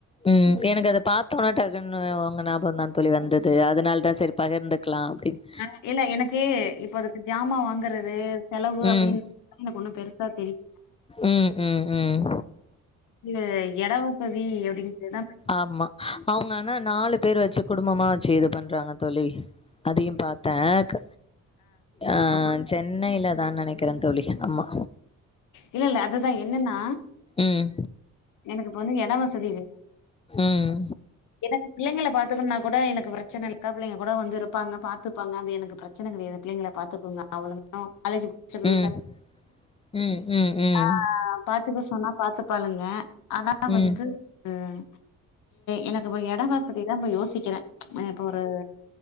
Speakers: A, on the left; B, on the left.
A: ம் எனக்கு அத பாத்தோனா டக்குனு உங்க ஞாபகம் தா தோழி வந்தது அதனால தா சரி பகிர்ந்துக்கலா அப்டின்னு
B: ஆ இல்ல எனக்கு இப்ப அதுக்கு ஜாமா வாங்குறது செலவு அப்டின்னு
A: ம்
B: எனக்கு ஒண்ணு பெருசா தெரில
A: ம் ம் ம் ம்
B: இது இடவசதி அப்டிடுதா
A: ஆமா அவங்க ஆனா நாலு பேர் வச்சு குடும்பமா வச்சு இது பண்றாங்க தோழி அதையு பாத்தே க ஆ
B: அப்ப
A: சென்னைல தா நெனைக்கறே தோழி ஆமா
B: இல்ல இல்ல அதுதா என்னன்னா
A: ம்
B: எனக்கு இப்ப வந்து எனக் எடவசதி வேணு
A: ம்
B: எனக்கு பிள்ளைங்கள பாத்துக்கனுணா கூட எனக்கு பிரச்சனை இல்ல அக்கா பிள்ளைங்க கூட வந்து இருப்பாங்க பாத்துப்பாங்க அது எனக்கு பிரச்ச பிரச்சனை கிடையாது பிள்ளைங்கள பாத்தத்துக்கோங்க அவளுங்க காலேஜ் முடிச்சப் வீட்ல
A: ம் ம் ம் ம்
B: ஆ பாத்துக்க சொன்னா பாத்து பாளுங்க ஆனா
A: ம்
B: வந்து ம் எனக்கு இப்ப எடவசதிதா இப்ப யோ சிக்கறே இப்போ ஒரு